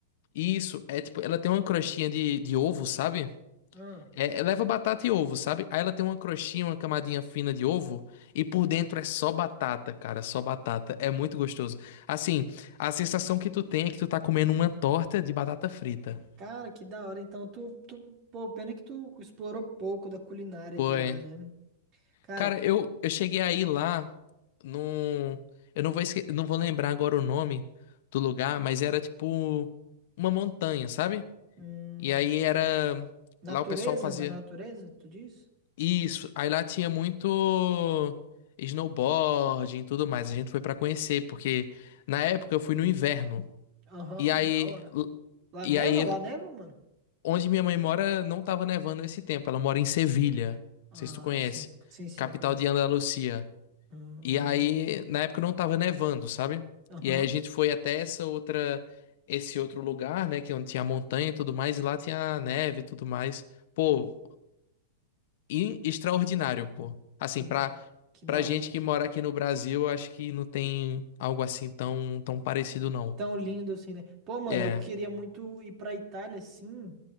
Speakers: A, on the left; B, on the right.
A: isso, é tipo, ela tem uma crostinha de, de ovo, sabe?
B: Ah,
A: É, é, leva batata e ovo, sabe? Aí ela tem uma crostinha, uma camadinha fina de ovo e por dentro é só batata, cara, só batata. É muito gostoso. Assim, a sensação que tu tem é que tu tá comendo uma torta de batata frita.
B: cara, que da hora. Então, tu, tu, pô, pena que tu explorou pouco da culinária
A: Pô,
B: de lá,
A: é.
B: né? Cara,
A: Cara, eu, eu cheguei aí lá num. Eu não vou esque... não vou lembrar agora o nome do lugar, mas era tipo uma montanha, sabe?
B: hum,
A: E aí era.
B: natureza?
A: Lá o pessoal fazia.
B: Na natureza, tu diz?
A: Isso, aí lá tinha muito snowboarding e tudo mais. A gente foi pra conhecer, porque na época eu fui no inverno.
B: Aham,
A: E aí,
B: da hora.
A: l-
B: Lá
A: e
B: neva?
A: aí
B: Lá neva, mano?
A: onde minha mãe mora não tava nevando esse tempo. Ela mora em Sevilha, não
B: Ah,
A: sei se tu conhece,
B: sim, sim, sim,
A: capital
B: conheço.
A: de Andalucia.
B: Hum.
A: E aí, na época não tava nevando, sabe?
B: Aham.
A: E aí a gente foi até essa outra esse outro lugar, né, que é onde tinha montanha e tudo mais, e lá tinha neve e tudo mais. Pô, in- extraordinário, pô. Assim,
B: Que, da-
A: pra,
B: que da
A: pra gente
B: hora,
A: que
B: que
A: mora
B: da hora.
A: aqui no Brasil, eu acho que não tem algo assim tão, tão parecido, não.
B: Tão lindo assim, né? Pô, mano,
A: É.
B: eu queria muito ir pra Itália, sim.